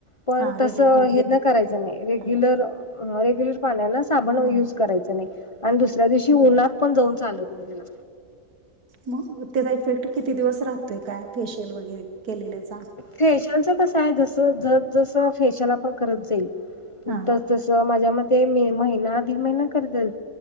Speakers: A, on the left; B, on the right.
A: पण
B: हा
A: तसं
B: रेग्युलर
A: हे न करायचं नाय. रेग्युलर
B: पाणी वापरत
A: हं रेग्युलर पाण्यान साबण
B: हा
A: युज करायचं नाय. आणि दुसऱ्या दिवशी
B: हा
A: उन्हात पण जाऊन चालत नाय त्याला
B: मग, त्याचा इफेक्ट किती दिवस राहतोय काय, फेशियल वगैरे केलेल्याचा
A: फेशियलच कसयं, जस जसं जस फेशल आपण करत जाईल.
B: हा
A: त तस माझ्या मते मे महिना दीड महिना करत्यात.